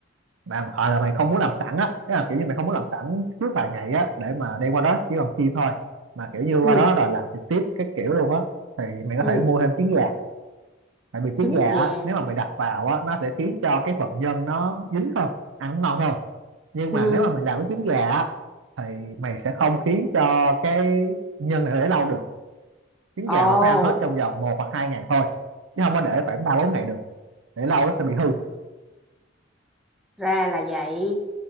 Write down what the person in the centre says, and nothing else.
ừ
ừ
trứng
gà
ừ
ồ
ra là vậy